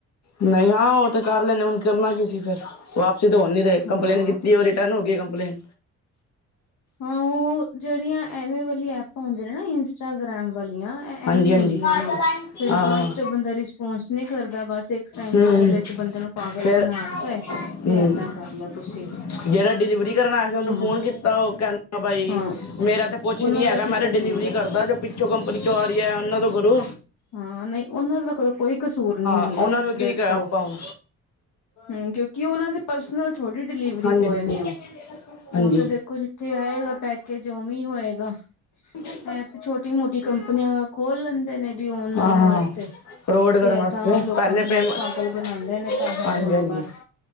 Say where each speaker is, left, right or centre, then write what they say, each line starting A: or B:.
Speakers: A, on the left; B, on the left.
A: ਨਹੀਂ ਹਾਂ ਉਹ ਤੇ ਕਰ ਲਏ ਨੇ ਹੁਣ ਕਰਨਾ ਕੀ ਸੀ ਫੇਰ। ਵਾਪਸੀ ਤਾਂ ਹੋ ਨੀ ਰਹੇ
B: ਹਾਂ
A: ਕੰਪਲੇਂਨ ਕੀਤੀ ਉਹ ਰਿਟਰਨ ਹੋ ਗਈ ਕੰਪਲੇਂਨ।
B: ਹਾਂ ਉਹ ਜਿਹੜੀਆਂ ਐਵੇਂ ਵਾਲੀ ਐਪਾਂ ਹੁੰਦੇ ਨੇ ਨਾ ਇੰਸਟਾਗ੍ਰਾਮ। ਵਾਲੀਆਂ
A: ਹਾਂਜੀ
B: ਐਵੇਂ
A: ਹਾਂਜੀ
B: ਹੁੰਦੀਆਂ ਨੇ ਫੇਰ
A: ਹਾਂ
B: ਬਾਅਦ
A: ਹਾਂ
B: ਚੋਂ ਬੰਦਾ ਰਿਸਪੋਂਸ ਨਹੀਂ ਕਰਦਾ ਬਸ ਇੱਕ ਟਾਈਮ
A: ਹਮ
B: ਤੇ। ਚਲੋ ਇੱਕ ਬੰਦੇ ਨੂੰ ਪਾਗਲ
A: ਫਿਰ
B: ਬਣਾਤਾ
A: ਹਮ
B: ਹੈ ਤੇ ਏਦਾਂ ਕਰਲੋ ਤੁਸੀਂ।
A: ਜਿਹੜਾ ਡਿਲੀਵਰੀ ਕਰਨ ਆਇਆ ਸੀ ਉਹਨੂੰ
B: ਹਾਂ
A: ਫੋਨ ਕੀਤਾ ਉਹ। ਕਹਿੰਦਾ ਭਾਈ
B: ਹਾਂ
A: ਮੇਰਾ ਤਾਂ ਕੁਛ
B: ਉਹਨਾਂ
A: ਨੀ
B: ਦਾ
A: ਹੈਗਾ
B: ਕੀ
A: ਮੈਂ ਤਾਂ
B: ਕਸੂਰ
A: ਡਿਲੀਵਰੀ
B: ਹੈ
A: ਕਰਦਾ ਜੋ ਪਿੱਛੋਂ ਕੰਪਨੀ। ਚੋਂ ਉਹਨਾਂ ਤੋਂ ਗੁਰੂ
B: ਹਾਂ ਨਹੀਂ ਉਹਨਾਂ ਦਾ ਕੋ ਕੋਈ ਕਸੂਰ ਨਹੀਂ ਹੁੰਦਾ
A: ਉਹਨਾਂ ਨੂੰ ਕੀਕਿਹਾ
B: ਦੇਖੋ
A: ਆਪਾਂ ਹੁਣ।
B: ਹਮ ਕਿਉਂਕਿ ਉਹਨਾਂ ਦੇ ਪਰਸਨਲ ਥੋੜੀ ਡਿਲੀਵਰੀ
A: ਹਾਂਜੀ
B: ਬੋਏ ਨੇ
A: ਹਾਂਜੀ
B: ਉਹ।
A: ਹਾਂਜੀ
B: ਉਹ ਤੇ ਦੇਖੋ ਜਿੱਥੇ ਆਏਗਾ ਪੈਕੇਜ ਉਵੇਂ ਹੋਏਗਾ।
A: ਹਾਂ
B: ਇਹ ਤੇ ਛੋਟੀ ਮੋਟੀ ਕੰਪਨੀਆਂ ਖੋਲ ਲੈਂਦੇ ਨੇ ਵੀ ਓਨਲਾਈਨ
A: ਹਾਂ ਹਾਂ
B: ਵਾਸਤੇ।
A: ਫਰੋਡ ਕਰਨ
B: ਤੇ ਏਦਾਂ
A: ਵਾਸਤੇ
B: ਲੋਕਾਂ
A: ਪਹਿਲੇ
B: ਨੂੰ ਬਸ
A: ਪੇਮੈਂਟ
B: ਪਾਗਲ ਬਣਾਉਂਦੇ ਨੇ ਪੈਸਾ
A: ਹਾਂਜੀ
B: ਹਾਂ
A: ਹਾਂਜੀ
B: ਬਸ।